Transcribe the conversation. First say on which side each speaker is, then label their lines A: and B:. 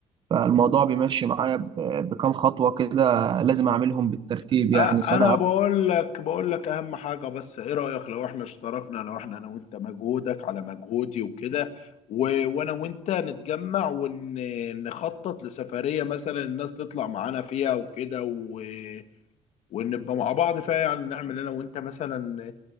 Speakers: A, on the right; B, on the left.
A: فالموضوع بيمشي معايا ب- بكام خطوة كده لازم اعملهم بالترتيب
B: أ-
A: يعني فانا
B: انا بقول لك بقول لك اهم حاجه بس ايه رايك لو احنا اشتركنا لو احنا انا وانت مجهودك على مجهودي وكده و... وانا وانت نتجمع ونخطط لسفريه مثلا الناس تطلع معانا فيها وكده و... ونبقى مع بعض فيها يعني نعمل انا وانت مثلا